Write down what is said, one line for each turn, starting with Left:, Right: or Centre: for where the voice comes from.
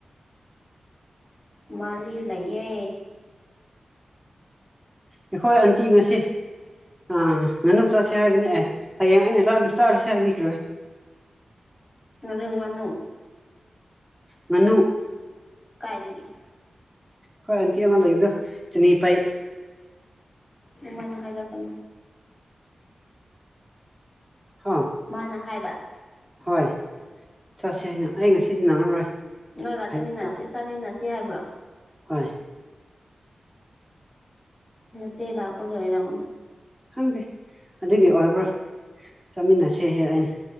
Left: ꯃꯔꯤ ꯂꯩꯌꯦ
Centre: ꯑꯩꯈꯣꯏ ꯑꯟꯇꯤ ꯉꯁꯤ ꯑꯥ ꯉꯥꯅꯨ ꯆꯥꯁꯦ ꯍꯥꯏꯕꯅꯦ ꯑꯦ ꯍꯌꯦꯡ ꯑꯩꯅ ꯆꯥ- ꯆꯥꯔꯤꯁꯦ ꯍꯥꯏꯕꯤꯈ꯭ꯔꯔꯣꯢ
Left: ꯉꯔꯦꯝ ꯉꯥꯅꯨ
Centre: ꯉꯅꯨ
Left: ꯀꯥꯏꯗꯒꯤ
Centre: ꯈꯣꯏ ꯑꯟꯇꯤ ꯑꯃ ꯂꯩꯕꯗꯣ ꯆꯅꯤꯄꯩ
Left: ꯗꯨꯃꯥꯏꯅ ꯍꯥꯏꯔꯛꯀꯅꯣ
Centre: ꯍꯥ
Left: ꯃꯥꯅ ꯍꯥꯏꯕ
Centre: ꯍꯣꯏ ꯆꯠꯁꯦ ꯍꯥꯏꯅ ꯑꯩ ꯉꯁꯤꯗꯤ ꯅꯪꯉꯔꯣꯏ
Left: ꯅꯣꯏꯒ ꯆꯠꯃꯤꯟꯅꯁꯤ
Centre: ꯍꯩ ꯆꯥ
Left: ꯆꯥꯃꯤꯟꯅꯁꯤ ꯍꯥꯏꯕ꯭ꯔꯣ
Centre: ꯍꯣꯏ
Left: ꯅꯆꯦ ꯂꯥꯞ ꯄꯒꯤ ꯑꯣꯢꯔꯝꯒꯅꯤ
Centre: ꯈꯪꯗꯦ ꯑꯗꯨꯒꯤ ꯑꯣꯏꯕ꯭ꯔꯥ ꯆꯠꯃꯤꯟꯅꯁꯦꯍꯦ ꯑꯩꯅ